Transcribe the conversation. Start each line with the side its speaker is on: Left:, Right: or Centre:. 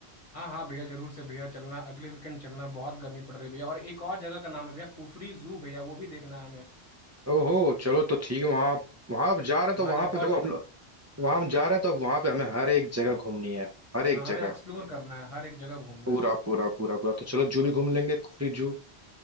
Left: हाँ हाँ भैया जरूर से भैया चलना अगले वीकेंड चलना बहुत गर्मी पड़ रही है भैया और एक और जगह का नाम है भैया कुफरी जू भैया वो भी देखना है हमें
Right: ओहो चलो तो ठीक है वहाँ वहां आप जा रहे हैं तो
Left: वहाँ
Right: वहां
Left: लेपर्ड
Right: पे दो वहां
Left: हाँ
Right: हम जा रहे हैं तो अब वहां पे हमें हर एक जगह घूमनी है हर
Left: हाँ
Right: एक
Left: हमें
Right: जगह
Left: एक्सप्लोर करना है हर एक जगह घूमना
Right: पूरा
Left: है भैया
Right: पूरा पूरा पूरा तो चलो जू भी घूम लेंगे कुफरी जू